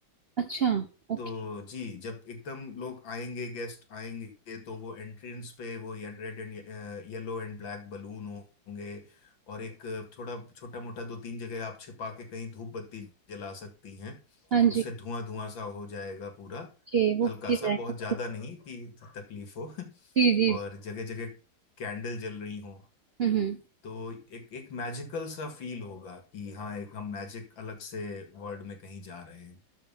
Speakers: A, on the right (about 60°); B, on the left (about 80°).
A: अच्छा ओके
B: तो जी जब एकदम लोग आएंगे गेस्ट आएंगे तो वो एंट्रेंस पे वो ये, red and yellow and black balloon होंगे और एक अ, थोड़ा छोटा मोटा दो तीन जगह आप छिपा के कहीं धूप बत्ती जला सकती हैं
A: हाँ जी
B: उससे धुआं धुआं सा हो जाएगा पूरा
A: ओके वो
B: हल्का
A: फील
B: सा बहुत
A: आएगा
B: ज्यादा नहीं कि तकलीफ हो <laughs>
A: जी जी
B: और
A: जी,
B: जगह जगह कैंडल जल रही हो
A: हम्म हम्म,
B: तो एक एक मैजिकल सा फील होगा कि हाँ एक हम मैजिक अलग से वर्ल्ड में कहीं जा रहे हैं